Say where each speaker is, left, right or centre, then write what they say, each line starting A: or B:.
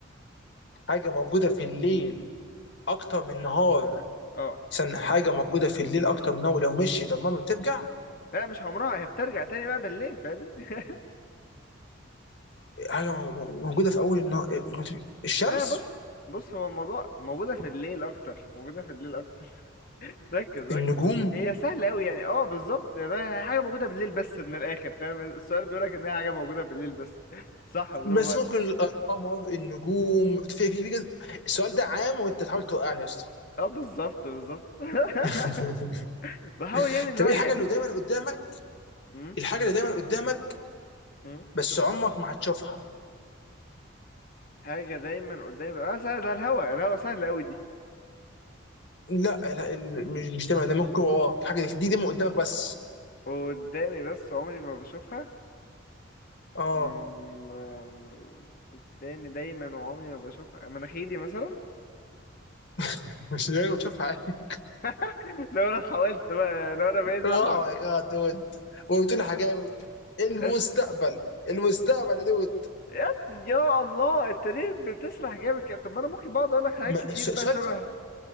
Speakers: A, on the left (about 60°); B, on the left (about 45°).
A: حاجه موجوده في الليل اكتر من النهار
B: اه
A: استنى حاجه موجوده في الليل اكتر من النهار لو مشيت عمرها ما بترجع
B: لا مش عمرها هي بترجع تاني بقى بالليل فاهمني؟ <laughs>
A: حاجه مو- مو- موجوده في اول النهار الشمس
B: لا بص بص هو الموضوع موجودة في الليل أكتر موجودة في الليل أكتر ركز ركز
A: النجوم
B: هي سهلة أوي يعني اه بالظبط هي حاجة موجودة بالليل بس من الآخر فاهم السؤال بيقولك إن هي حاجة موجودة بالليل بس <laughs> صح برافو
A: بس
B: عليك
A: ممكن القمر النجوم في في في كده. السؤال ده عام وانت تحاول توقعني يا اسطى
B: اه بالظبط بالظبط <laughs>
A: <laughs>
B: بحاول يعني اللي
A: طب
B: هو
A: ايه
B: إيه
A: الحاجه
B: أديك
A: اللي دايما قدامك
B: م-
A: الحاجه اللي دايما قدامك
B: م-
A: بس عمرك ما هتشوفها
B: حاجة دايما قدامي اه سهل ده الهوا الهوا سهل أوي دي
A: لا لا ال- مش مش دايما ده ممكن وراك حاجه دي دايما قدامك بس
B: قدامي بس عمري ما بشوفها
A: اه
B: م- م- قدامي دايما وعمري ما بشوفها مناخيري مثلا
A: <laughs> مش دايما بتشوفها عادي
B: <laughs> لو أنا حاولت بقى لو أنا بقيت
A: اوه
B: أحول
A: ماي جاد دود وقلت لي <laughs> حاجه المستقبل
B: <laughs>
A: المستقبل يا دود
B: يا يا الله انت ليه بتسرح جامد كده طب ما انا ممكن بقعد اقول لك حاجات
A: ما-
B: كتير
A: س-
B: بقى
A: سؤال
B: شبه
A: سهل.